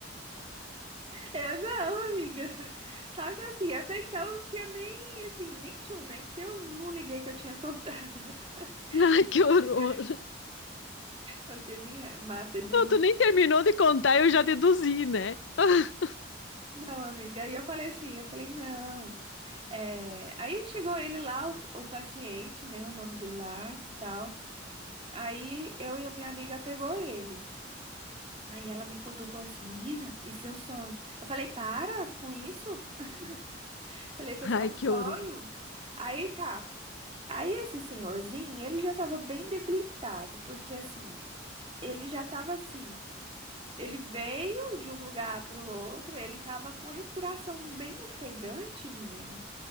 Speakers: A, on the right; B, on the left.
A: eu não, amiga. <laughs> Só que assim, até então não tinha nem assim, nem tinha um, nem porque eu não liguei que eu tinha contado. <laughs>
B: <laughs> Ai, que
A: Amiga,
B: horror.
A: Você me mata de.
B: Não,
A: rir.
B: tu nem terminou de contar, eu já deduzi, né? <laughs>
A: Não, amiga. Aí eu falei assim, eu falei, não. É... Aí chegou ele lá, o, o paciente, né? O nome dele lá, tal. Aí eu e a minha amiga pegou ele. Aí ela me cutucou assim, menina, isso é um sonho. Eu falei, para com isso. <laughs> Falei, foi
B: Ai,
A: só um
B: que
A: sonho.
B: horror.
A: Aí tá. Aí esse senhorzinho, ele já tava bem debilitado, porque assim, ele já tava assim. Ele veio de um lugar pro outro, ele tava com a respiração bem ofegante, menina.